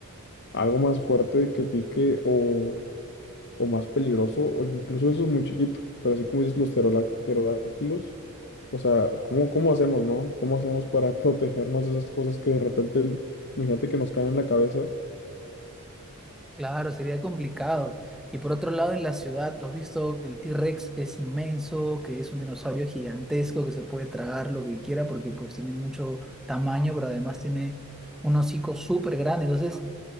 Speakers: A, on the left (about 50°); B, in the centre.
A: algo más fuerte que pique o, o más peligroso, o incluso eso es muy chiquito, pero así como dices los pterodac- pterodáctilos, o sea, ¿cómo, cómo hacemos, no? ¿Cómo hacemos para <laughs> protegernos de esas cosas que de repente, imagínate que nos caen en la cabeza?
B: Claro, sería complicado. Y por otro lado, en la ciudad, tú has visto el T-Rex, que es inmenso, que es un dinosaurio gigantesco, que se puede tragar lo que quiera porque pues tiene mucho tamaño, pero además tiene un hocico súper grande. Entonces,